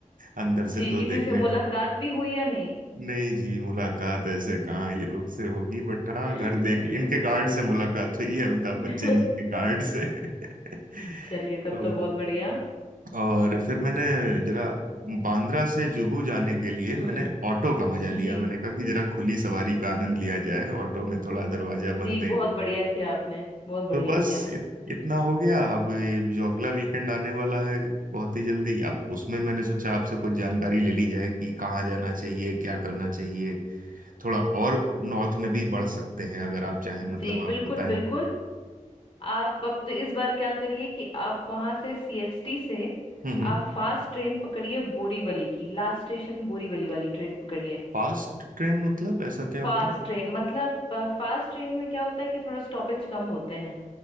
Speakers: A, on the right; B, on the left.
A: अंदर
B: जी
A: से तो
B: किसी
A: देखने
B: से मुलाकात भी हुई या नहीं
A: नहीं जी मुलाकात ऐसे कहाँ ये लोग से होगी बट हाँ
B: <laughs>
A: घर देख ली इनके गार्ड से मुलाकात हुई है अमिताभ
B: जी
A: बच्चन जी के गार्ड से <laughs>
B: चलिए तब
A: तो
B: तो बहुत बढ़िया
A: और फिर मैंने जरा बांद्रा से जुहू जाने के लिए
B: हम्म
A: मैंने ऑटो का मजा लिया
B: जी
A: मैंने कहा कि जरा खुली सवारी का आनंद लिया जाए ऑटो में थोड़ा दरवाजा बंद
B: जी बहुत
A: है
B: बढ़िया किया आपने बहुत बढ़िया
A: तो बस
B: किया
A: इत, इतना हो गया अब ये जो अगला वीकेंड आने वाला है बहुत ही जल्दी अब उसमें मैंने सोचा आपसे कुछ जानकारी ले ली जाए कि कहाँ जाना चाहिए क्या करना चाहिए थोड़ा और नॉर्थ में भी बढ़ सकते हैं अगर आप चाहें मतलब
B: जी
A: आप
B: बिल्कुल
A: बताएं
B: बिल्कुल आप अब तो इस बार क्या करिए कि आप वहां से सीएसटी से
A: हम्म हम्म
B: आप फास्ट ट्रेन पकड़िए बोरीवली की लास्ट स्टेशन बोरीवली वाली ट्रेन पकड़िए
A: फास्ट ट्रेंड मतलब ऐसा क्या होता
B: फास्ट
A: है
B: ट्रेन मतलब अ, फास्ट ट्रेन में क्या होता है कि थोड़ा स्टॉपेज कम होते हैं